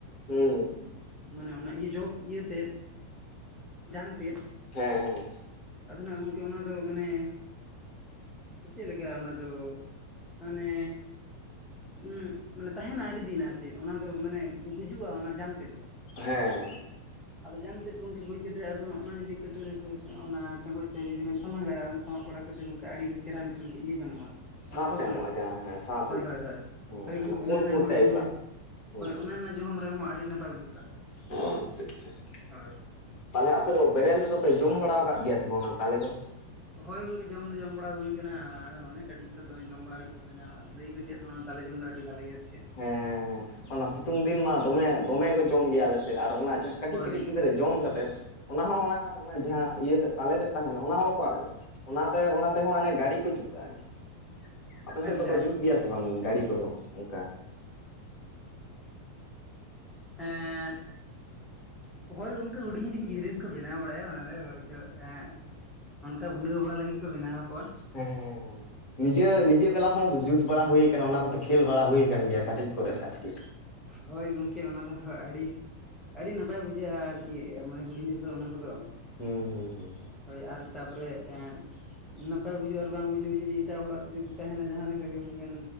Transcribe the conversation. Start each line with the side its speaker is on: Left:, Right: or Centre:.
Left: ᱦᱩᱸ᱾
Centre: ᱢᱟᱱᱮ ᱚᱱᱟ ᱤᱭᱟᱹ ᱡᱚ ᱤᱭᱟᱹ ᱛᱮᱫ ᱡᱟᱝ ᱛᱮᱫ᱾
Left: ᱦᱮᱸ ᱦᱮᱸ᱾
Centre: ᱟᱫᱚ ᱱᱟᱦᱟᱜ ᱜᱚᱝᱠᱮ ᱚᱱᱟ ᱫᱚ ᱢᱟᱱᱮ ᱪᱮᱫ ᱞᱮᱠᱟ ᱚᱱᱟ ᱫᱚ? ᱟᱫᱚ ᱟᱱᱮᱻ <unintelligible> ᱢᱟᱱᱮ ᱛᱟᱦᱮᱱᱟ ᱟᱹᱰᱤ ᱫᱤᱱ ᱟᱨ ᱪᱮᱫ ᱚᱱᱟ ᱫᱚ ᱢᱟᱱᱮ ᱜᱩᱡᱩᱜᱼᱟ ᱚᱱᱟ ᱡᱟᱝ ᱛᱮᱫ ᱫᱚ᱾
Left: ᱦᱮᱸ ᱦᱮᱸ᱾
Centre: ᱟᱫᱚ ᱡᱟᱝ ᱛᱮᱫ ᱜᱚᱢᱠᱮ ᱜᱚᱡ ᱠᱟᱛᱮᱫ ᱟᱫᱚ ᱚᱱᱟ ᱡᱩᱫᱤ ᱠᱟᱹᱴᱟᱹᱨᱤ ᱥᱮ ᱚᱱᱟ ᱴᱮᱸᱜᱚᱡ ᱛᱮ ᱡᱩᱫᱤ ᱵᱮᱱ ᱥᱟᱢᱟᱜᱟ᱾ ᱥᱟᱢᱟᱜ ᱵᱟᱲᱟ ᱠᱟᱛᱮᱫ ᱜᱚᱝᱠᱮ ᱟᱹᱰᱤ ᱪᱮᱦᱨᱟ ᱢᱤᱫᱴᱮᱱ ᱤᱭᱟᱹ ᱧᱟᱢᱚᱜᱼᱟ᱾
Left: ᱥᱟᱸᱥ
Centre: ᱢᱟᱱᱮ ᱥᱚᱥ
Left: ᱮᱢᱚᱜᱼᱟ
Centre: ᱞᱮᱠᱟ,
Left: ᱡᱟᱦᱟᱸ ᱦᱮᱸ ᱥᱟᱸᱥ
Centre: ᱦᱳᱭ
Left: ᱞᱮᱠᱟ
Centre: ᱦᱳᱭ ᱦᱳᱭ,
Left: ᱦᱮᱸ
Centre: ᱦᱳᱭ ᱜᱚᱢᱠᱮ ᱚᱱᱮ
Left: ᱯᱩᱸᱲ
Centre: ᱚᱱᱟ
Left: ᱯᱩᱸᱲ
Centre: ᱦᱚᱸ
Left: ᱴᱟᱭᱤᱯᱟᱜ
Centre: ᱡᱚᱢ ᱨᱮ
Left: ᱦᱮᱸ
Centre: ᱦᱳᱭ ᱚᱱᱮ ᱚᱱᱟ ᱡᱚᱢ ᱨᱮᱦᱚᱸ ᱟᱹᱰᱤ ᱱᱟᱯᱟᱭ ᱵᱩᱡᱩᱜᱼᱟ᱾
Left: ᱚ ᱟᱪᱪᱷᱟ ᱟᱪᱪᱷᱟ ᱾
Centre: ᱦᱳᱭ᱾
Left: ᱛᱟᱦᱚᱞᱮ ᱟᱯᱮ ᱫᱚ ᱵᱮᱨᱮᱞ ᱛᱮᱫᱚ ᱯᱮ ᱡᱚᱢ ᱵᱟᱲᱟ ᱟᱠᱟᱫ ᱜᱮᱭᱟ ᱥᱮ ᱵᱟᱝ ᱚᱱᱟ ᱛᱟᱞᱮ ᱫᱚ?
Centre: ᱦᱳᱭ ᱜᱚᱝᱠᱮ ᱡᱚᱢ ᱫᱚ ᱡᱚᱢ ᱵᱟᱲᱟ ᱦᱩᱭ ᱟᱠᱟᱱᱟ ᱟᱨ ᱚᱱᱮ ᱠᱟᱹᱴᱤᱡ ᱠᱚᱨᱮ ᱫᱚᱢᱮ ᱡᱚᱢ ᱵᱟᱲᱟ ᱦᱩᱭᱩᱜ ᱠᱟᱱ ᱛᱟᱦᱮᱱᱟ᱾ ᱞᱟᱹᱭ ᱟᱠᱚ ᱪᱮᱫ ᱚᱱᱟ ᱛᱟᱞᱮ ᱡᱚᱢ ᱫᱚ ᱟᱹᱰᱤ ᱵᱷᱟᱹᱞᱮᱭᱟ ᱥᱮ ᱪᱮᱫ?
Left: ᱦᱮᱸ ᱦᱮᱸ ᱦᱮᱸ, ᱚᱱᱟ ᱥᱤᱛᱩᱝ ᱫᱤᱱ ᱢᱟ ᱫᱚᱢᱮ ᱫᱚᱢᱮ ᱠᱚ ᱡᱚᱢ ᱜᱮᱭᱟ ᱟᱞᱮ ᱥᱮᱫ ᱟᱨ ᱚᱱᱟ ᱡᱟᱦᱟᱸ ᱠᱟᱹᱴᱤᱡ
Centre: ᱦᱳᱭ
Left: ᱠᱟᱹᱴᱤᱡ ᱜᱤᱫᱽᱨᱟᱹ ᱡᱚᱢ ᱠᱟᱛᱮᱫ ᱚᱱᱟ ᱦᱚᱸ ᱚᱱᱟ ᱚᱱᱟ ᱡᱟᱦᱟᱸ ᱤᱭᱟᱹ ᱛᱮᱫ ᱛᱟᱞᱮ ᱛᱮᱫ ᱛᱟᱦᱮᱱᱟ ᱚᱱᱟ ᱦᱚᱸ ᱵᱟᱠᱚ ᱟᱲᱟᱜᱟ᱾ ᱚᱱᱟᱛᱮ ᱚᱱᱟ ᱛᱮᱦᱚᱸ ᱚᱱᱮ ᱜᱟᱲᱤ ᱠᱚ ᱡᱩᱛᱟ ᱟᱨᱠᱤ᱾ ᱟᱯᱮ ᱥᱮᱫ
Centre: ᱟᱪᱪᱷᱟ
Left: ᱫᱚᱠᱚ ᱡᱩᱛ ᱜᱮᱭᱟ ᱥᱮ ᱵᱟᱝ ᱜᱟᱹᱲᱤ ᱠᱚᱫᱚ ᱚᱱᱠᱟ?
Centre: ᱮᱸᱻᱫ᱾ ᱦᱳᱭ ᱜᱚᱝᱠᱮ ᱦᱩᱰᱤᱧ ᱦᱩᱰᱤᱧ ᱜᱤᱫᱽᱨᱟᱹ ᱜᱮᱠᱚ ᱵᱮᱱᱟᱣ ᱵᱟᱲᱟᱭᱟ ᱚᱱᱟ ᱫᱚ ᱦᱚᱭᱛᱚ ᱮᱸᱜ ᱾ ᱚᱱᱠᱟ ᱵᱷᱩᱞᱟᱹᱣ ᱵᱟᱲᱟ ᱞᱟᱹᱜᱤᱫ ᱠᱚ ᱵᱮᱱᱟᱣ ᱟᱠᱚᱣᱟ᱾
Left: ᱦᱮᱸ ᱦᱮᱸ ᱦᱮᱸ᱾ ᱱᱤᱡᱮ ᱱᱤᱡᱮ ᱵᱮᱞᱟ ᱦᱚᱸ ᱡᱩᱛ ᱵᱟᱲᱟ ᱦᱩᱭ ᱠᱟᱱᱟ ᱚᱱᱟ ᱠᱚᱛᱮ ᱠᱷᱮᱞ ᱵᱟᱲᱟ ᱦᱩᱭ ᱠᱟᱱ ᱜᱮᱭᱟ ᱠᱟᱹᱴᱤᱡ ᱠᱚᱨᱮ ᱫᱚ ᱟᱨᱠᱤ᱾
Centre: ᱦᱳᱭ ᱜᱚᱢᱠᱮ ᱚᱱᱟ ᱫᱚ ᱦᱚ ᱟᱹᱰᱤ ᱟᱹᱰᱤ ᱱᱟᱯᱟᱭ ᱵᱩᱡᱷᱟᱹᱜᱼᱟ ᱟᱨᱠᱤ ᱢᱟᱱᱮ ᱦᱩᱰᱤᱧ ᱨᱮᱫᱚ ᱚᱱᱟ ᱠᱚᱫᱚ,
Left: ᱦᱩᱸ ᱦᱩᱸ ᱦᱩᱸ
Centre: ᱦᱳᱭ ᱟᱨ ᱛᱟᱯᱚᱨᱮ ᱮᱸᱫ᱾ ᱱᱟᱯᱟᱭ ᱵᱩᱡᱩᱜ ᱟᱨ ᱵᱟᱝ ᱵᱩᱡᱩᱜ ᱡᱩᱫᱤ ᱮᱴᱟᱜ ᱦᱚᱲᱟᱜ ᱡᱩᱫᱤ ᱛᱟᱦᱮᱱᱟ ᱡᱟᱦᱟᱸ ᱞᱮᱠᱟ ᱜᱮ ᱢᱮᱱᱠᱷᱟᱱ